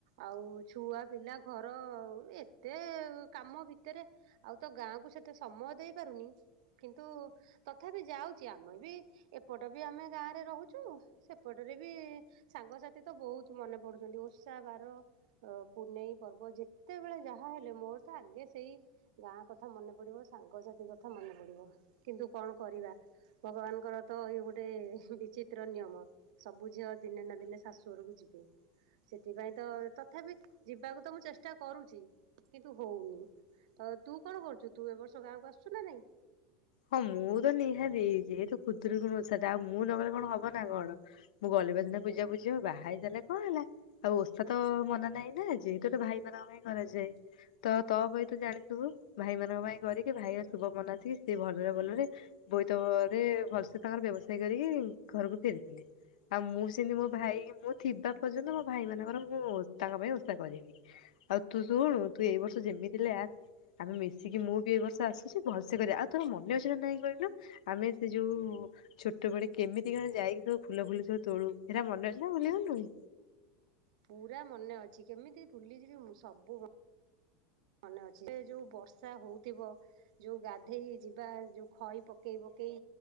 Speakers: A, on the right (about 65°); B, on the left (about 80°).
A: ଆଉ ଛୁଆ ପିଲା ଘର ଏତେ କାମ ଭିତରେ ଆଉ ତ ଗାଁକୁ ସେତେ ସମୟ ଦେଇ ପାରୁନି କିନ୍ତୁ ତଥାପି ଯାଉଛି ଆମେ ବି ଏପଟ ବି ଆମେ ଗାଁରେ ରହୁଛୁ ସେପଟରେ ବି ସାଙ୍ଗସାଥି ତ ବହୁତ ମନେ ପଡୁଛନ୍ତି ଓଷା ବାର ଅ ପୁନେଇ ପର୍ବ ଯେତେବେଳେ ଯାହା ହେଲେ ମୋର ତ ଆଗେ ସେଇ ଗାଁ କଥା ମନେ ପଡିବ ସାଙ୍ଗସାଥି କଥା ମନେ ପଡିବ କିନ୍ତୁ କଣ କରିବା? ଭଗବାନଙ୍କର ତ ଇଏ ଗୋଟେ ବିଚିତ୍ର ନିୟମ ସବୁ ଝିଅ ଦିନେ ନା ଦିନେ ଶାଶୁଘରକୁ ଯିବେ ସେଥିପାଇଁ ତ ତଥାପି ଯିବାକୁ ତ ମୁଁ ଚେଷ ଚେଷ୍ଟା କରୁଛି କିନ୍ତୁ ହଉନି ତ ତୁ କଣ କରୁଛୁ ତୁ ଏ ବର୍ଷ ଗାଁକୁ ଆସୁଛୁ ନା ନାଇଁ
B: ହଁ ମୁଁ ତ ନିହାତି ଯେହେତୁ ଖୁଦୁରୀକୁଣୀ ଓଷାଟା ଆଉ ମୁଁ ନହଲେ କଣ ହବ ନା କଣ ମୁଁ ଗଲେବା ସିନା ପୂଜା ପୂଜି ବାହା ହେଇସାଲେ କଣ ହେଲା ଆଉ ଓଷା ତ ମନା ନାହିଁ ନା ଯେହେତୁ ତ ଭାଇ ମାନଙ୍କ ପାଇଁ ହିଁ କରାଯାଏ ତ ତଅପୋଇ ତ ଜାଣିଥିବୁ ଭାଇମାନଙ୍କ ପାଇଁ କରିକି ଭାଇର ଶୁଭ ମନା ସି ସେ ଭଲରେ ଭଲରେ ବୋଇତରେ ଭଲସେ ତାଙ୍କର ବ୍ୟବସାୟ କରିକି ଘରକୁ ଫେରିଥିଲେ। ଆଉ ମୁଁ ସେମିତି ମୋ ଭାଇ ମୁଁ ଥିବା ପର୍ଯ୍ୟନ୍ତ ମୋ ଭାଇ ମାନଙ୍କର ମୁଁ ତାଙ୍କ ପାଇଁ ଓଷା କରିବି। ଆଉ ତୁ ଶୁଣୁ ତୁ ଏଇ ବର୍ଷ ଯେମିତି ହେଲେ ଆସେ। ଆମେ ମିଶିକି ମୁଁ ବି ଏବର୍ଷ ଆସୁଛି ଭଲସେ କରିବା। ଆଉ ତୋର ମନେ ଅଛି ନା ନାଇଁ କହିଲୁ ଆମେ ସେ ଯୋଉ ଛୋଟବେଳେ କେମିତି କଣ ଯାଇକି ସବୁ ଫୁଲ ଫୁଲ ସବୁ ତୋଳୁ ସେଟା ମନେ ଅଛି ନା ଭୁୁଲିଗଲୁଣି।
A: ପୁରା ମନେ ଅଛି କେମିତି ଭୁଲିଯିବି ମୁଁ ସବୁ ମନେ ଅଛି ସେ ଯୋଉ ବର୍ଷା ହଉଥିବ। ଯୋଉ ଗାଧେଇକି ଯିବା ଯୋଉ ଖଇ ପକେଇ ପକେଇ।